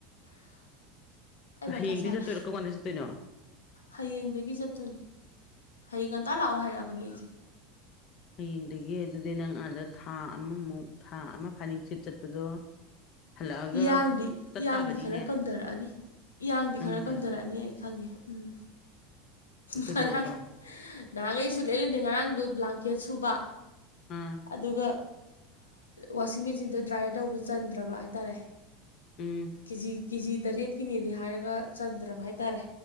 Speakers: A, on the left; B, on the left.
A: <inaudible> ꯑꯩ
B: ꯍꯌꯦꯡꯗꯤ
A: ꯃꯊꯥ ꯁꯥꯔꯦ
B: ꯆꯠꯇꯣꯏꯔꯣ ꯀꯔꯝꯀꯥꯟꯗ ꯆꯠꯇꯣꯏꯅꯣ
A: ꯍꯌꯦꯡꯗꯒꯤ ꯆꯠꯇꯣꯏꯅꯤ ꯍꯌꯦꯡ ꯉꯟꯇꯥ ꯂꯥꯛꯑꯣ ꯍꯥꯏꯔꯛꯑꯕꯅꯦ ꯑꯩꯁꯦ
B: ꯍꯌꯦꯡꯗꯒꯤ ꯑꯗꯨꯗꯤ ꯅꯪ ꯑꯥꯗ ꯊꯥ ꯑꯃꯃꯨꯛ ꯊꯥ ꯑꯃ ꯐꯥꯅꯤꯡꯁꯤꯠ ꯆꯠꯄꯗꯣ ꯍꯜꯂꯛꯑꯒ
A: ꯌꯥꯡꯗꯤ
B: ꯆꯠ
A: ꯌꯥꯡꯗꯤ
B: ꯇꯥꯕꯅꯤꯅꯦ
A: ꯈꯔ ꯀꯪꯊꯔꯛꯑꯅꯤ ꯏꯌꯥꯡꯗꯤ
B: ꯅꯪꯁꯦ
A: ꯈꯔ ꯀꯪꯊꯔꯛꯑꯅꯤ ꯑꯩ ꯈꯪꯉꯦ ꯎꯝ
B: ꯀꯩꯗꯧꯕꯗ
A: ꯉꯔꯥꯡ ꯅꯍꯥꯟꯈꯩꯁꯨ ꯂꯩ ꯂꯩꯗꯦ ꯉꯔꯥꯡꯗꯣ ꯕ꯭ꯂꯥꯡꯀꯦꯠ ꯁꯨꯕ
B: ꯑꯥ
A: ꯑꯗꯨꯒ ꯋꯥꯁꯤꯡ ꯃꯦꯆꯤꯟꯗꯣ ꯗ꯭ꯔꯥꯏꯌꯔ ꯇꯧꯕꯁꯨ ꯆꯟꯗ꯭ꯔꯕ ꯍꯥꯏꯇꯥꯔꯦ
B: ꯎꯝ
A: ꯀꯦꯖꯤ ꯀꯦꯖꯤ ꯇꯔꯦꯠꯀꯤꯅꯦꯗꯤ ꯍꯥꯏꯔꯒ ꯆꯟꯗ꯭ꯔꯕ ꯍꯥꯏꯇꯥꯔꯦ